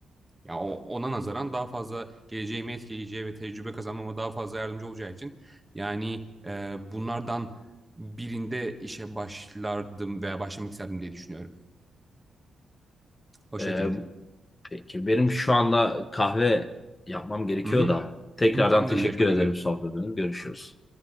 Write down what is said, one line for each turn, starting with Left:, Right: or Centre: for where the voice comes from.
Right: ya o- ona nazaran daha fazla geleceğimi etkileyeceği ve tecrübe kazanmama daha fazla yardımcı olacağı için yani e, bunlardan birinde işe başlardım veya başlamak isterdim diye düşünüyorum. O
Left: E,
Right: şekilde.
Left: Peki. Benim şu anda kahve yapmam gerekiyor
Right: Hı hı.
Left: da tekrardan
Right: Hı, Tamamdır.
Left: teşekkür
Right: Görüşmek
Left: ederim
Right: üzere.
Left: sohbetiniz. Görüşürüz.